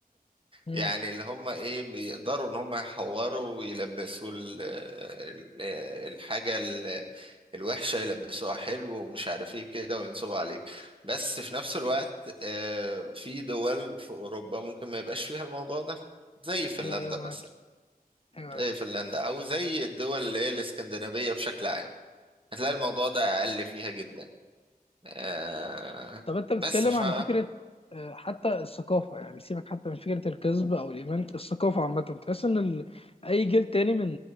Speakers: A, on the left (about 40°); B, on the right (about 35°).
A: امم
B: يعني اللي هم ايه بيقدروا ان هم يحوروا ويلبسوا ال- ال- الحاجة ال- الوحشة يلبسوها حلو ومش عارف ايه كده وينصبوا عليك بس في نفس الوقت آه، في دول في اوروبا ممكن ما يبقاش فيها الموضوع ده زي فنلندا
A: ايوه ايوه معاك
B: مثلا
A: ايوه أيوة.
B: زي فنلندا او زي الدول اللي هي الاسكندنافية بشكل عام هتلاقي الموضوع ده اقل فيها جدا آه،
A: طب انت بتتكلم
B: بس ف
A: عن فكره آه، حتى الثقافه يعني سيبك حتى من فكره الكذب او الايمان الثقافه عامه بتحس ان ال... اي جيل تاني من